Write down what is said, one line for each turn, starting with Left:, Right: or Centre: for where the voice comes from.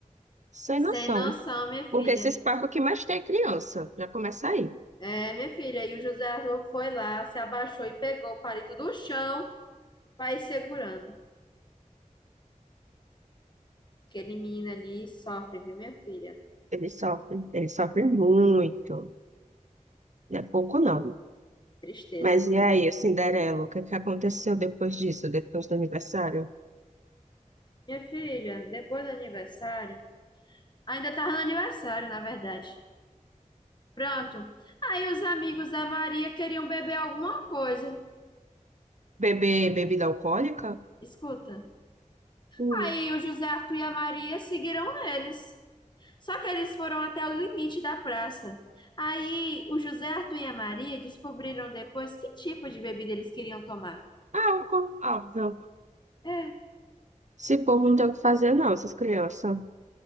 Right: Sem
Left: Sem
Right: noção.
Left: noção, minha
Right: Porque
Left: filha.
Right: esses parques o que mais tem é criança. Já começa aí.
Left: É, minha filha. E o José Arthur foi lá, se abaixou e pegou o palito do chão para ir segurando. Aquele menino ali sofre, viu, minha filha?
Right: Ele sofre, ele sofre muito. Não é pouco, não.
Left: Tristeza,
Right: Mas
Left: mulher.
Right: e aí, o Cinderela, o que é que aconteceu depois disso, depois do aniversário?
Left: Minha filha, depois do aniversário. Ainda tava no aniversário, na verdade. Pronto. Aí os amigos da Maria queriam beber alguma coisa.
Right: Beber bebida alcoólica?
Left: Escuta.
Right: Hum.
Left: Aí o José Arthur e a Maria seguiram eles. Só que eles foram até o limite da praça. Aí o José Arthur e a Maria descobriram depois que tipo de bebida eles queriam tomar.
Right: Álcool, óbvio.
Left: É.
Right: Esse povo não tem o que fazer, não, essas crianças.